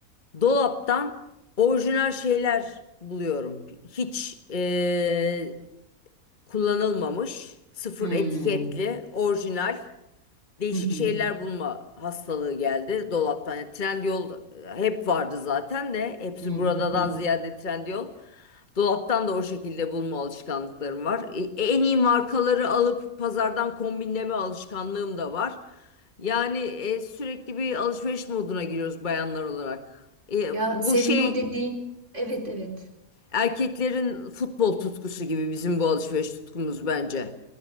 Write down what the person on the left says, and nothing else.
Dolaptan orijinal şeyler buluyorum. Hiç eee, kullanılmamış, sıfır
etiketli, orijinal değişik
şeyler bulma hastalığı geldi dolaptan. Yani Trendyol e, hep vardı zaten de hepsi
buradadan
ziyade Trendyol. Dolaptan da o şekilde bulma alışkanlıklarım var. E, En iyi markaları alıp pazardan kombinleme alışkanlığım da var. Yani e, sürekli bir alışveriş moduna giriyoruz bayanlar olarak. E,
bu
şey
erkeklerin futbol tutkusu gibi bizim bu alışveriş tutkumuz bence.